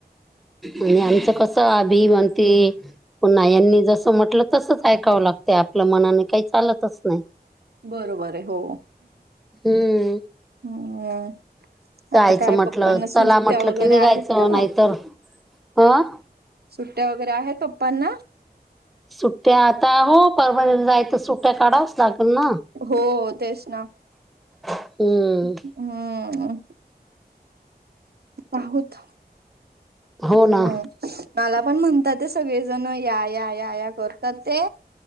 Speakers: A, in the centre; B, on the right.
A: आणि आमचं कसं अभि म्हणते पुन्ह्यानी जसं म्हटलं तसच ऐकावं लागते आपल्या मनाने काही चालतच नाही.
B: बरोबर आहे. हो
A: हम्म
B: हम्म.
A: जायचं
B: आता काय
A: म्हटलं
B: पप्पांना
A: चला
B: सुट्ट्या
A: म्हटलं
B: वगैरे
A: की निघायचं
B: आहेत का
A: नाहीतर
B: मग?
A: हां.
B: सुट्या वगैरे आहेत पप्पांना
A: सुट्या आता हो परभणी जाय तर सुट्या काढावच लागल ना.
B: हो तेच ना
A: हम्म
B: हम्म. आहोत
A: हो
B: हम्म.
A: ना
B: मला पण म्हणतात ते सगळेजण या या या या करतात ते